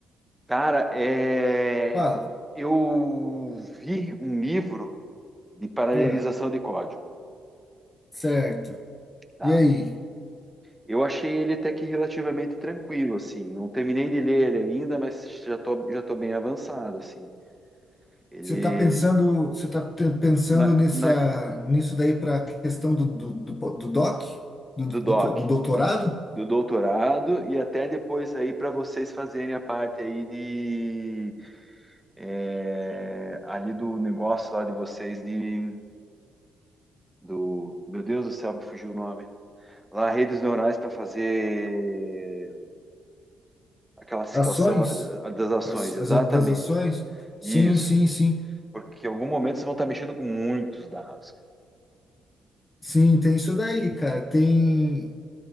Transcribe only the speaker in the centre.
Cara, é...
eu vi um livro de paralelização
de código,
tá?
Eu achei ele até que relativamente tranquilo, assim. Não terminei de ler ele ainda, mas já tô, já tô bem avançado, assim. Ele...
Na,
na-
Do
doc,
do doutorado e até depois aí para vocês fazerem a parte aí é, ali do negócio lá de vocês de do meu Deus do céu me fugiu o nome lá redes neurais para fazer aquela situação
lá da- das ações
exatamente
isso
porque em algum momento vocês vão estar mexendo com muitos dados cara.